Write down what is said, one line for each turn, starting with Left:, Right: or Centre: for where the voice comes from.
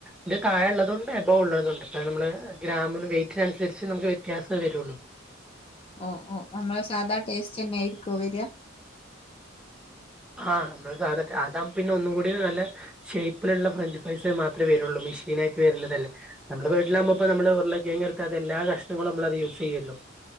Centre: ന്റെ താഴ ഉള്ളതോണ്ട്, അബോവ ഉള്ളതോ ണ്ട്ട്ട, ഇ നമ്മ ഗ്രാമന് വെറ്റിനനുസരിച്ച് നമുക്ക് വ്യത്യാസമേ വരുള്ളൂ.
Left: ഓ, ഓ, നമ്മള് സാധാ ടേസ്റ്റ് തന്നൊയിയിരിക്കും വരിക?
Centre: ആ നമ്മ അതാകുമ്പ പിന്നെ ഒന്നുംകൂടി നല്ല ഷേപ്പിലുള്ള ഫ്രഞ്ച് ഫ്രൈസ് മാത്രമേ വരുള്ളൂ. മെഷീനായിട്ട് വരുന്നതല്ലേ, നമ്മള് വീട്ടിലാകുമ്പോപനമ്മള് ഉരുളക്കിഴങ്ങട്ത് തെല്ലാ കഷ്ണങ്ങളും നമ്മളത് യൂസ് ചെയ്യല്ലോ.